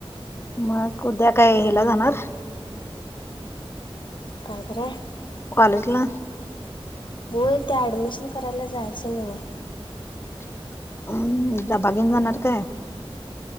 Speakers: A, on the left; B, on the left.
A: मग उद्या काय हिला जाणार
B: काय कराय..
A: पालटला..
B: हो ते ऍडमिशन करायला जायचें हाय नव...
A: म् डब्बा घेऊन जाणार काय?